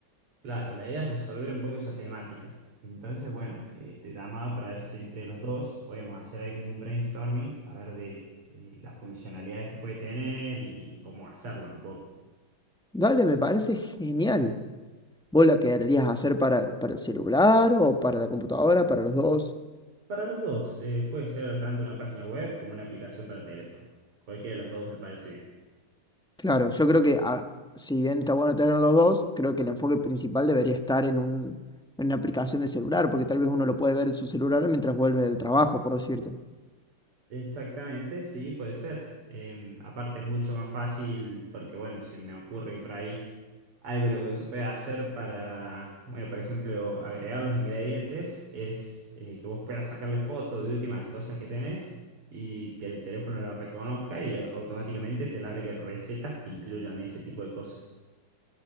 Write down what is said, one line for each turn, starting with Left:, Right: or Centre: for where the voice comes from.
Right: Claro, la idea es resolver un poco esa temática. Entonces, bueno, eh, te llamaba para ver si entre los dos podemos hacer ahí como un brainstorming, a ver de eh, las funcionalidades que puede tener y cómo hacerla un poco.
Centre: Dale, me parece genial. ¿Vos la querrías hacer para, para el celular o para la computadora, para los dos?
Right: Para los dos, eh, puede ser tanto una página web como una aplicación para teléfono. Cualquiera de los dos me parece bien.
Centre: Claro, yo creo que ah, si bien está bueno tener los dos, creo que el enfoque principal debería estar en un, en una aplicación de celular, porque tal vez uno lo puede ver en su celular mientras vuelve del trabajo, por decirte.
Right: Exactamente, sí, puede ser. Eh, aparte es mucho más fácil porque, bueno, se me ocurre por ahí algo lo que se puede hacer para, bueno, por ejemplo, agregar los ingredientes es eh, que vos puedas sacarle foto de última a las cosas que tenés y que el teléfono lo reconozca y automáticamente te largue recetas que incluyan ese tipo de cosas.